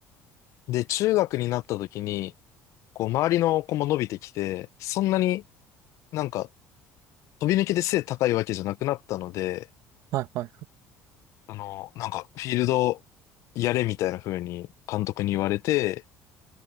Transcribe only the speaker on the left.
で、中学になった時に、こう、周りの子も伸びてきて、そんなになんか飛び抜けて背高いわけじゃなくなったので、
あの、なんか、フィールドやれみたいな風に監督に言われて、